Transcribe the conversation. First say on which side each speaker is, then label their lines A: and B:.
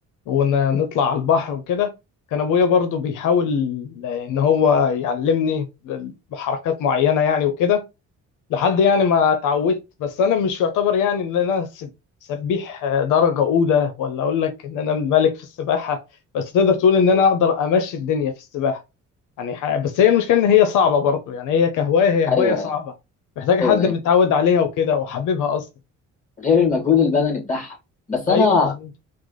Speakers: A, on the left; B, on the left.
A: ونطلع على البحر وكده كان ابويا برضو بيحاول آه، ان هو يعلمني بحركات معينة يعني وكده لحد يعني ما اتعودت بس انا مش يعتبر يعني ان انا سب- سبيح آه، درجة اولى ولا اقول لك ان انا ملك في السباحة بس تقدر تقول ان انا اقدر امشي الدنيا في السباحة يعني ح... بس هي المشكله ان هي صعبه برضو يعني هي كهوايه هي
B: ايوه
A: هوايه صعبه
B: ايوه
A: محتاجه حد
B: أيوه.
A: متعود عليها وكده وحبيبها اصلا
B: غير المجهود البدني بتاعها بس
A: ايوه
B: انا
A: بالظبط